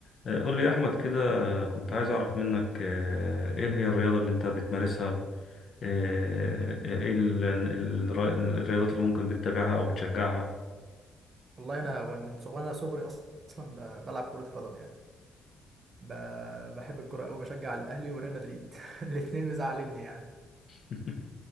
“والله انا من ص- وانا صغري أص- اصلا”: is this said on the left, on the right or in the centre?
Right